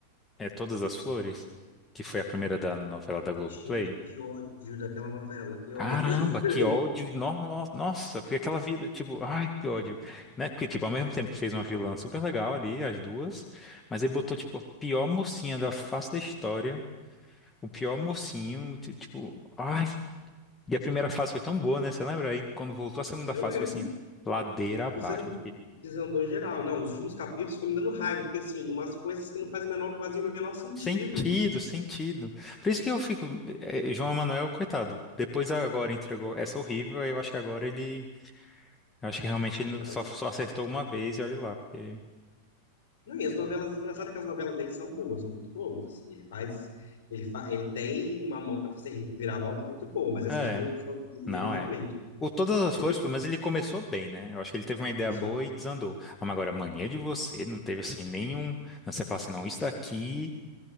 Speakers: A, on the left; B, on the left.
A: é Todas as Flores, que foi a primeira da novela da Globoplay.
B: Gente, que ódio daquela novela, que
A: Caramba,
B: ódio. <laughs>
A: que ódio! no- no- Nossa, porque aquela vida, tipo, ai, que ódio, né? Porque, tipo, ao mesmo tempo que fez uma vilã super legal ali, as duas, mas ele botou, tipo, a pior mocinha da face da história, o pior mocinho, ti- tipo, ai. E a primeira fase foi tão boa, né? Você lembra? Aí, quando voltou a segunda
B: Eu
A: fase,
B: lembro.
A: foi assim, ladeira abaixo.
B: Desandou, desandou geral. Não, os últimos capítulos foram me dando raiva, porque assim, umas coisas que não fazem o menor, fazem o menor sentido.
A: Sentido, sentido. Por isso que eu fico. eh, João Emanuel, coitado. Depois agora entregou essa horrível, aí eu acho que agora ele. Eu acho que realmente ele
B: Era-
A: só, só acertou uma vez e olha lá, porque.
B: Não, e as novelas, é engraçado que as novelas dele são boas, são muito boas, assim, ele faz, ele, fa, ele tem uma mão para fazer reviravolta muito boa, mas essas
A: É,
B: duas últimas coisas
A: não
B: dele realmente,
A: é. O Todas as
B: eu
A: Flores,
B: fiquei
A: pelo menos ele começou bem, né? Eu acho que ele teve uma ideia
B: com isso.
A: boa e desandou. Ah, mas agora, mania de você, não teve assim nenhum. Não, você fala assim, não, isso daqui